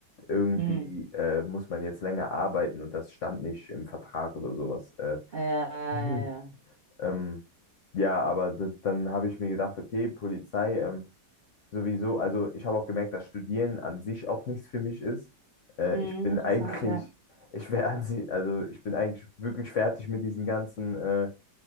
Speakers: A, on the left; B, on the right.
A: irgendwie
B: Mhm.
A: äh, muss man jetzt länger arbeiten und das stand nicht im Vertrag oder sowas. Äh,
B: Ja, ja,
A: Mhm.
B: ja.
A: ähm, ja, aber d- dann habe ich mir gedacht, okay, Polizei, ähm, sowieso, also ich habe auch gemerkt, dass Studieren an sich auch nichts für mich ist. Äh,
B: Mhm,
A: ich bin
B: interessant,
A: <laughs> eigentlich,
B: ja.
A: ich wäre an sich, also ich bin eigentlich wirklich fertig mit diesen ganzen äh,